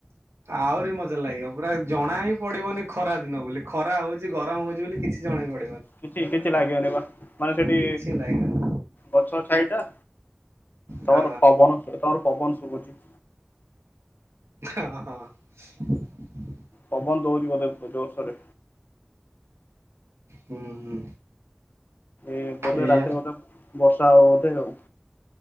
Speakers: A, on the right; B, on the left.
A: ଆହୁରି ମଜା ଲାଗିବ ପୁରା ଜଣା ହିଁ ପଡିବନି ଖରା ଦିନ ବୋଲି ଖରା ହଉଛି ଗରମ ହଉଛି ବୋଲି କିଛି ଜଣେଇବନି।
B: କିଛି କିଛି ଲାଗିବନି ବା ମାନେ ସେଠି
A: କିଛି ଲାଗିବନି
B: ଗଛ ଛାଇଟା ତମର
A: ହଁ
B: ପବନ ତମର ପବନ ଶୁବୁଛି।
A: ହଁ <inaudible>
B: ପବନ ଦଉଛି ବୋଧେ ଜୋରସୋରେ
A: ହୁଁ ହୁଁ।
B: ଏ ବୋଧେ
A: ଏଇଆ
B: ରାତିରେ ବୋଧେ ବର୍ଷା ତା ହବ ବତେ ଆଉ।